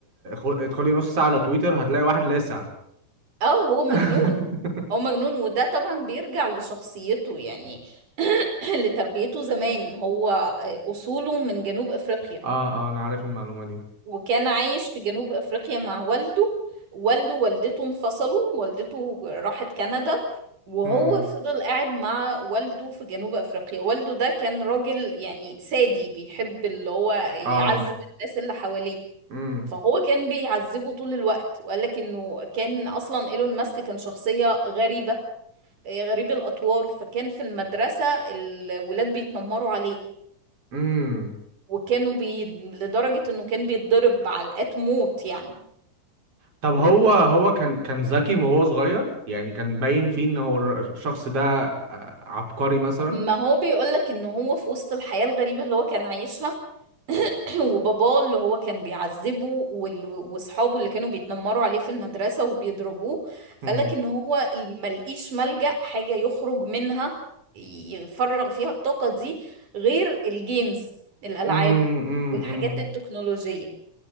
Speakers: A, on the right; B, on the right.
A: ادخلي نص ساعة على تويتر هتلاقي واحد لاسع
B: اه هو مجنون
A: <laughs> اه
B: هو مجنون وده طبعا بيرجع لشخصيته يعني <clears throat> لتربيته زمان هو آه، أصوله من جنوب أفريقيا
A: اه انا عارف المعلومة دي
B: وكان عايش في جنوب أفريقيا مع والده والده ووالدته انفصلوا والدته راحت كندا وهو
A: امم
B: فضل قاعد مع والده في جنوب أفريقيا والده ده كان راجل يعني سادي بيحب اللي هو يعذب
A: اه
B: الناس اللي حواليه
A: امم
B: فهو كان بيعذبه طول الوقت وقال لك انه كان اصلا ايلون ماسك كان شخصية غريبة آه، غريب الاطوار فكان في المدرسة الولاد بيتنمروا عليه
A: امم
B: وكانوا بي... لدرجة انه كان بيتضرب علقات موت يعني
A: طب هو
B: و-
A: هو كان كان ذكي وهو صغير يعني كان باين فيه ان هو الر- الشخص ده آه، عبقري مثلا
B: ما هو بيقول لك ان هو في وسط الحياة الغريبة اللي هو كان عايشها وباباه اللي هو كان بيعذبه وال- واصحابه اللي كانوا بيتنمروا عليه في المدرسة وبيضربوه فقالك
A: امم
B: ان هو ملقيش ملجأ حاجة يخرج منها يفرغ فيها الطاقة دي غير الجيمز الألعاب
A: امم امم
B: والحاجات التكنولوجية